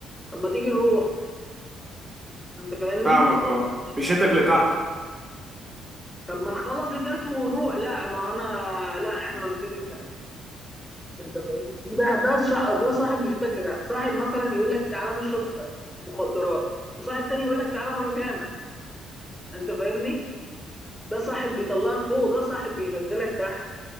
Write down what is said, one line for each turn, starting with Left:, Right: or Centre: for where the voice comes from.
Centre: طب ما تيجي نروح انت فاهمني
Right: فاهمك
Centre: يقول
Right: اه مشيتك
Centre: لك لا.
Right: لتحت
Centre: طب ما نخلص الدرس ونروح لا ما انا لا احنا نسيب الدرس انت فاهمني دي بقى ده الشع... ده صاحب بيشدك لتحت صاحب مثلا يقول لك تعالى نشرب مخدرات وصاحب تاني يقول لك تعالى نروح جامع انت فاهمني ده صاحب بيطلعك فوق وده صاحب بينزلك تحت